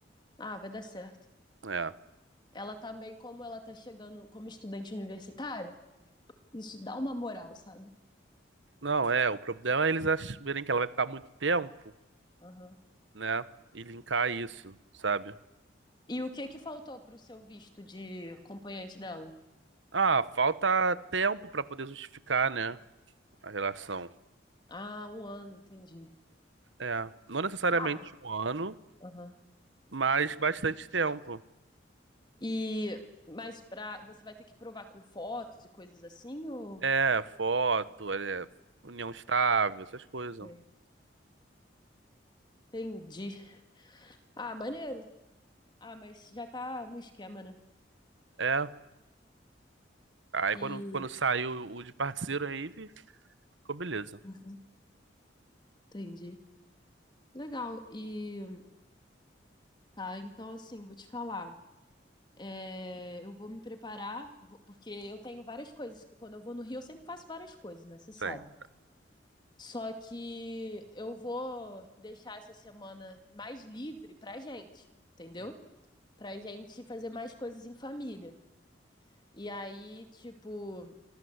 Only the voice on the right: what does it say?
É.
Não, é, o problema é eles ach- verem que ela vai ficar muito tempo,
né? E linkar isso, sabe?
Ah, falta tempo pra poder justificar, né? A relação.
É, não necessariamente
um ano,
mas bastante tempo.
É, foto, é, união estável, essas coisas.
É. Aí
quando, quando saiu o de parceiro aí, fi- ficou beleza.
Sim.
Uhum.